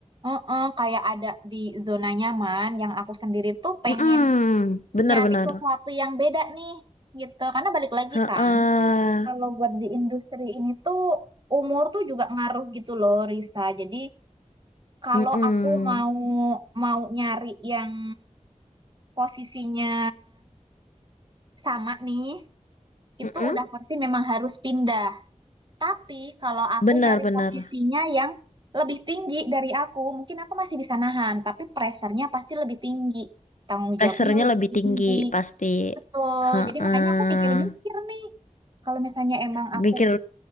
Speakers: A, on the right; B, on the left.
A: Heeh, kayak ada di zona nyaman yang aku sendiri tuh pengen
B: Mm-mm, benar-benar.
A: nyari sesuatu yang beda nih gitu karena balik lagi
B: Heeh.
A: kan kalau buat di industri ini tuh umur tuh juga ngaruh gitu loh Risa jadi kalau
B: Mm-mm.
A: aku mau mau nyari yang posisinya sama nih itu
B: Mm-mm.
A: udah pasti memang harus pindah Tapi kalau aku
B: Benar-benar.
A: nyari posisinya yang lebih tinggi dari aku, mungkin aku masih bisa nahan, tapi pressure-nya pasti lebih tinggi. Tanggung
B: Pressure-nya
A: jawabnya lebih
B: lebih
A: tinggi.
B: tinggi pasti.
A: Betul.
B: Heeh.
A: Jadi makanya aku mikir-mikir nih. Kalau misalnya emang
B: Mikir
A: aku